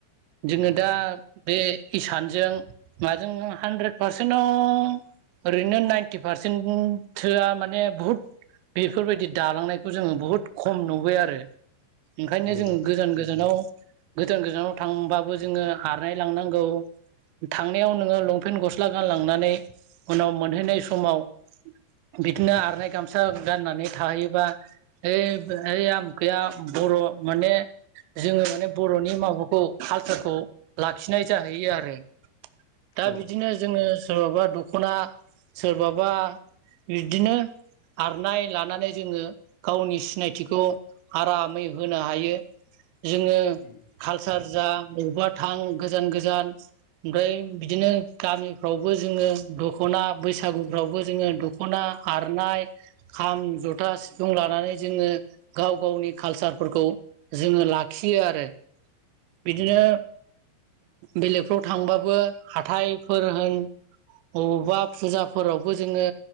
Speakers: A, on the right; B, on the left.
A: जोङो
B: नंगौ नोंथां
A: दा बे इसानजों माजों हानद्रेद पारसेन्टआव ओरैनो नाइनटि पारसेन्ट थोआ माने बहुत बेफोरबायदि दालांनायखौ जोङो बुहुद खम नुबाय आरो। ओंखायनो
B: नंगौ
A: जों गोजान गोजानाव गोजान गोजानाव थांबाबो जोङो आरनाय लांनांगौ। थांनायाव नोङो लंपेन्ट गस्ला गानलांनानै उनाव मोनहैनाय समाव बिदिनो आरनाइ गामसा गाननानै थाहैयोबा ओइ बो ओइ आमुखाया बर' माने जोङो माने बर'नि माबाखौ कालसारखौ लाखिनाय जाहैयो। थों आरो दा बिदिनो
B: औ
A: जों। ओ सोरबाबा दख'ना सोरबाबा बिदिनो आरनाय लानानै जोङो गावनि सिनायथिखौ आरामै होनो हायो। जोङो
B: उम
A: कालसार जा बबेबा थां गोजान गोजान ओमफ्राय बिदिनो गामिफ्रावबो जोङो दख'ना बैसागुफ्रावबो जोङो दख'ना आरनाय खाम जथा सिफुं लानानै जोङो गाव गावनि कालसारफोरखौ जोङो लाखियो आरो। बिदिनो
B: नंगौ
A: बेलेगफ्राव थांबाबो हाथायफोर होन अबावबा फुजाफोरावबो जोङो